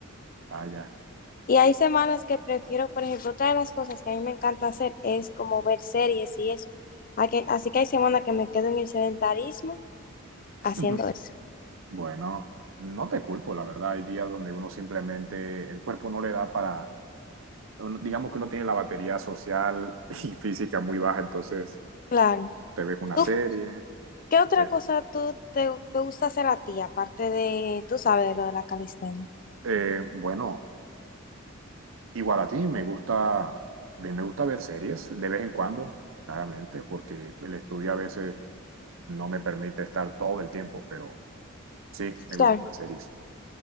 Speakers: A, on the right; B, on the left.
A: Vaya.
B: Y hay semanas que prefiero, por ejemplo, otra de las cosas que a mí me encanta hacer es como ver series y eso. A que- Así que hay semanas que me quedo en el sedentarismo
A: <laughs>
B: haciendo eso.
A: Bueno, no te culpo, la verdad. Hay días donde uno simplemente, el cuerpo no le da para, uno- digamos que uno tiene la batería social <laughs> y física muy baja, entonces
B: Claro.
A: te ves una
B: ¿Tú
A: serie,
B: qué otra
A: eh,
B: cosa tú te, te gusta hacer a ti, aparte de, tú sabes, de lo de la calistenia?
A: Eh, bueno, igual a ti, me gusta, a mí me gusta ver series de vez en cuando, claramente, porque el estudio a veces no me permite estar todo el tiempo, pero sí, me gustan
B: Claro.
A: las series.